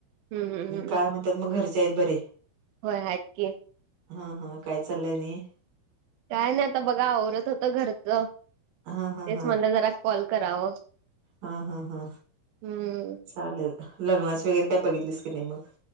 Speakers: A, on the right; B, on the right.
A: हम्म हम्म हम्म
B: काय म्हण मग घरच्या आहेत बर
A: होय आहेत क
B: हा हा काय चाललंय नाही
A: काय नाही आता बघा आवरत होत घरच तेच
B: हा हा हा
A: म्हटलं जरा कॉल करावं
B: हा हा हा
A: हम्म
B: चालेल लग्नाच वगैरे काय बघितलीस की नाही मग